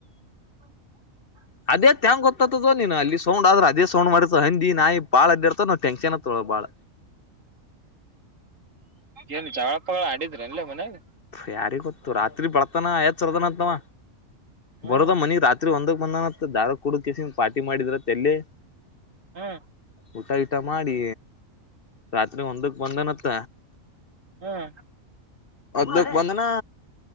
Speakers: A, on the right; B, on the left.
A: ಹ್ಮ್
B: ಅದೇ ತ್ಯಂಗ್ ಗೊತ್ತತದ ನೀನು ಅಲ್ಲಿ ಸೌ್ ಆದ್ರ ಅದೇ ಸೌಂಡ್ ಮಾಡಿತ ಹಂದಿ ನಾಯಿ ಬಾಳ ಅಡ್ಿ ಇರ್ತ ೆಂಷನ್ ತಳೋ ಬಾಳ
A: ಏನು ಜಾವಳಪ್ಪಳ ಆಡಿದ್ರ ಅಲ್ಲ ಮನಲಿ
B: ಯಾರಿ ಗೊತ್ತು ರಾತ್ರಿ ಬಳತಾನ ಯತ್ ಸರ್ದನ ಅಂತವ
A: ಹ್ಮ್
B: ಬರದ ಮನಿ ರಾತ್ರಿ ಒಂದ ನ ದಾರ ಕುಡುಕಸ ಪಾ್ಟಿ ಮಾಡಿದ್ರ ತಲ್ಲಿ
A: ಹ್ಮ್
B: ಊಟ ಊಟ ಮಾಡಿ ರಾತ್ರಿ ಒಂದಕ್ ಬಂದನತ್ತ
A: ಹ್ಮ್
B: ಲಕ್ ಬಂದನಾ